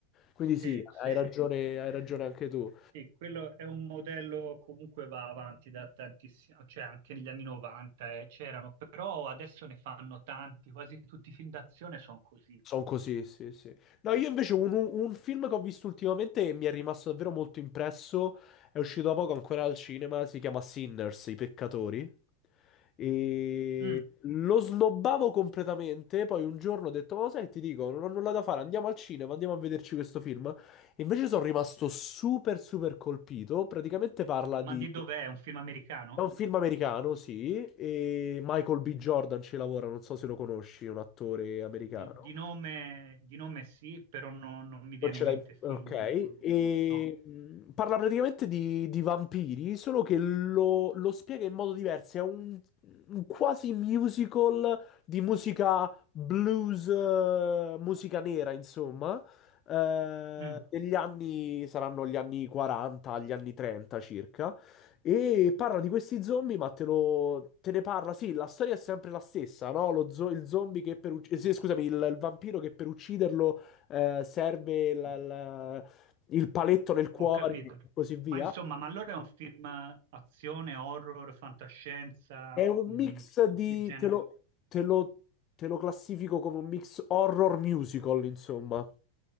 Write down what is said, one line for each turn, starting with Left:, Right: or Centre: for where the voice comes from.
Left: Quindi
Right: sì,
Left: sì,
Right: sì.
Left: hai ragione, hai ragione anche tu.
Right: Sì, quello è un modello comunque va avanti da tantissimo, cioè anche negli anni 90 eh, c'erano, però adesso ne fanno tanti, quasi tutti i film d'azione sono così.
Left: Sono così, sì, sì. No, io invece un, un film che ho visto ultimamente e mi è rimasto davvero molto impresso, è uscito da poco ancora al cinema, si chiama Sinners, I peccatori. E
Right: Mm,
Left: lo snobbavo completamente, poi un giorno ho detto, ma sai, ti dico, non ho nulla da fare, andiamo al cinema, andiamo a vederci questo film. E invece sono rimasto super, super colpito. Praticamente parla di...
Right: ma di dov'è? È un film americano?
Left: È un film americano, sì, e Michael B. Jordan ci lavora, non so se lo conosci, un attore americano.
Right: Eh, Di nome, di nome sì, però no- non mi viene
Left: Non ce
Right: in mente
Left: l'hai.
Right: film
Left: Ok.
Right: con lui.
Left: E
Right: No,
Left: mh, parla praticamente di, di vampiri, solo che lo, lo spiega in modo diverso. È un, un quasi musical di musica blues, eh, musica nera, insomma. Eh,
Right: Mm,
Left: degli anni saranno gli anni 40, gli anni 30 circa. E parla di questi zombie, ma te lo, te ne parla. Sì, la storia è sempre la stessa, no? Lo zo- il zombie che per ucc- eh, sì, scusami, il il vampiro che per ucciderlo eh, serve la- la- il paletto nel cuore
Right: ho capito.
Left: e così via.
Right: Ma insomma, ma allora è un film eh, azione, horror, fantascienza,
Left: È un
Right: mm,
Left: mix di...
Right: che genere?
Left: te lo, te lo- te lo classifico come un mix horror musical, insomma.